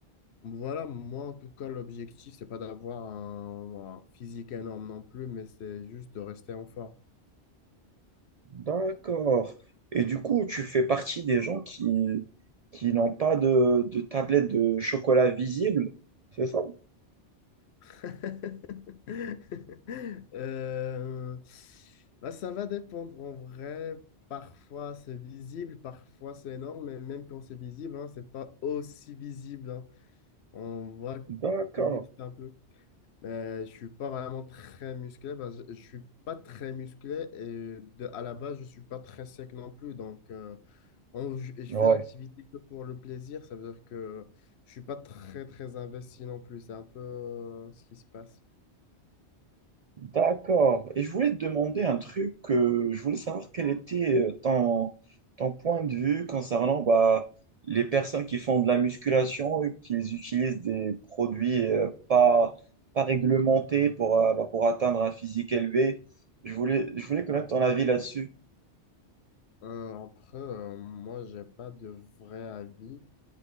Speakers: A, on the left; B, on the right.
A: voilà, moi en tout cas, l'objectif, c'est pas d'avoir un, un physique énorme non plus, mais c'est juste de rester en forme.
B: D'accord. Et du coup, tu fais partie des gens qui, qui n'ont pas de, de tablette de chocolat visible, c'est ça?
A: <laughs> Euh, bah, ça va dépendre en vrai. Parfois c'est visible, parfois c'est énorme, mais même quand c'est visible, hein, c'est pas aussi visible. hein. On voit
B: D'accord.
A: juste un peu. Mais je suis pas vraiment très musclé parce que je suis pas très musclé et de, à la base, je suis pas très sec non plus. Donc, euh, on- je, et je
B: Ouais.
A: fais l'activité que pour le plaisir. Ça veut dire que je suis pas très, très investi non plus. C'est un peu euh, ce qui se passe.
B: D'accord. Et je voulais te demander un truc. euh, je voulais savoir quel était euh, ton, ton point de vue concernant bah, les personnes qui font de la musculation et qui utilisent des produits euh, pas, pas réglementés pour, euh, bah, pour atteindre un physique élevé. Je voulais, je voulais connaître ton avis là-dessus.
A: Euh, après, euh, moi, j'ai pas de vrai avis.